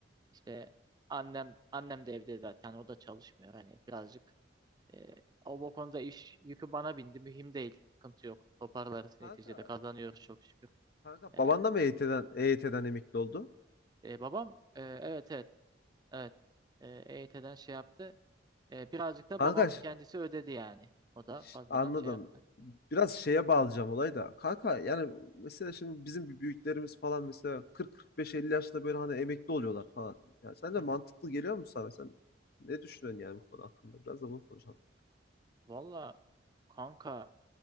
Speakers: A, on the right; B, on the left.
A: İşte annem annem de evde zaten o da çalışmıyor. Hani birazcık e, o bu konuda iş yükü bana bindi. Mühim değil. Sıkıntı yok. Toparlarız
B: Kanka
A: neticede kazanıyoruz çok şükür.
B: Kanka
A: E,
B: baban da mı EYT'den, EYT'den emekli oldu?
A: e, babam e, evet evet evet e, EYT'den şey yaptı. E, birazcık da
B: Kanka
A: babam
B: ş-
A: kendisi ödedi yani. O da
B: ş-
A: fazladan
B: anladım.
A: şey yaptı.
B: Biraz şeye bağlayacağım olayı da. Kanka yani mesela şimdi bizim bir büyüklerimiz falan mesela 40-45-50 yaşta böyle hani emekli oluyorlar falan. Yani sence
A: Hı hı.
B: mantıklı geliyor mu sana? Sen ne düşünüyorsun yani bu konu hakkında? Biraz da bunu konuşalım.
A: Valla kanka